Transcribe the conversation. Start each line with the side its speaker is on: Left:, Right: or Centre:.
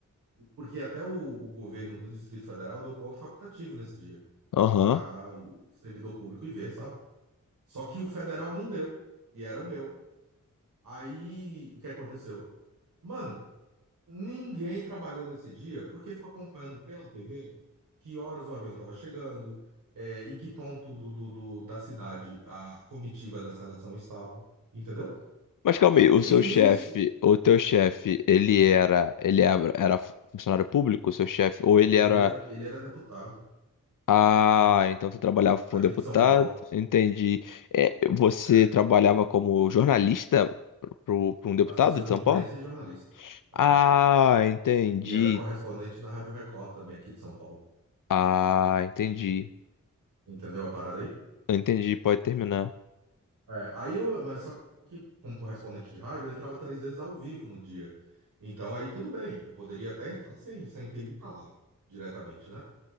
Right: porque até o, o governo do Distrito Federal deu ponto facultativo nesse dia
Left: aham.
Right: para o servidor público ir ver, sabe? Só que o federal não deu, e era o meu. Aí, o que aconteceu? Mano, Ninguém trabalhou nesse dia porque ficou acompanhando pela TV que horas o avião estava chegando, é, em que ponto do, do- do- da cidade a comitiva da seleção estava, entendeu?
Left: Mas calma aí, o
Right: E
Left: seu chefe,
Right: nisso,
Left: o teu chefe, ele era, ele era, era funcionário público, o seu chefe, ou ele
Right: ele
Left: era
Right: era, ele era deputado
Left: Ah, então você trabalhava para
Right: aqui
Left: um deputado,
Right: de São Paulo,
Left: entendi. É, você
Right: é,
Left: trabalhava como jornalista para um deputado
Right: assessor
Left: de
Right: de
Left: São
Right: imprensa
Left: Paulo?
Right: e jornalista, é,
Left: Ah, entendi.
Right: e era correspondente da Rádio Record também aqui de São Paulo.
Left: Ah, entendi.
Right: Entendeu a parada aí?
Left: Entendi, pode terminar.
Right: É, aí eu, mas só que como correspondente de rádio, eu entrava três vezes ao vivo no dia. Então aí tudo bem, eu poderia até entrar sem, sem ter ido para lá diretamente, né?